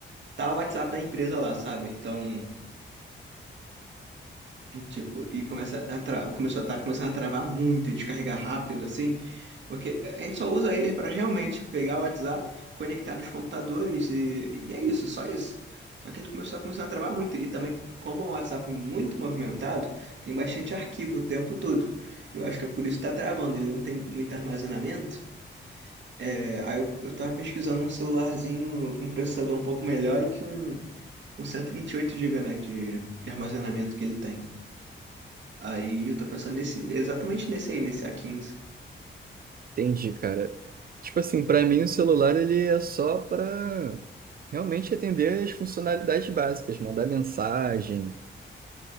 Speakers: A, on the right; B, on the right.
A: dar o WhatsApp da empresa lá, sabe? Então. Tipo, e começa a tra... começou a... tá começando a travar muito e descarregar rápido, assim, porque a gente só usa ele para realmente pegar o WhatsApp, conectar nos computadores e... e é isso, só isso. Só que ele começou a começar a travar muito e também, como é um WhatsApp muito movimentado, tem bastante arquivo o tempo todo. Eu acho que é por isso que tá travando, ele não tem muito armazenamento. É, Aí eu, eu tava pesquisando um celularzinho com um processador um pouco melhor e que um. Com 128 GB, né, de de armazenamento que ele tem. Aí eu tô pensando nesse, exatamente nesse aí, nesse a quinze.
B: Entendi, cara. Tipo assim, pra mim o celular ele é só pra realmente atender as funcionalidades básicas, mandar mensagem,